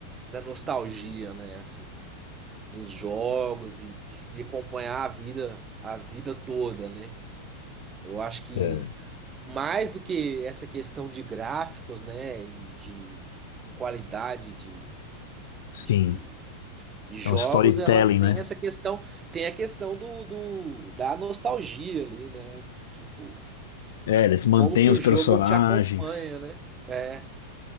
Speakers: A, on the right (about 20°); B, on the left (about 60°).
A: da nostalgia, né, assim, dos jogos e de, de acompanhar a vida a vida toda, né? Eu acho que
B: É,
A: mais do que essa questão de gráficos, né, e de qualidade de,
B: sim,
A: de, de jogos,
B: é um storytelling,
A: ela tem
B: né?
A: essa questão, tem a questão do, do da nostalgia ali, né? Tipo,
B: É, eles
A: de
B: mantêm
A: como que
B: os
A: o
B: personagens.
A: jogo te acompanha, né? É.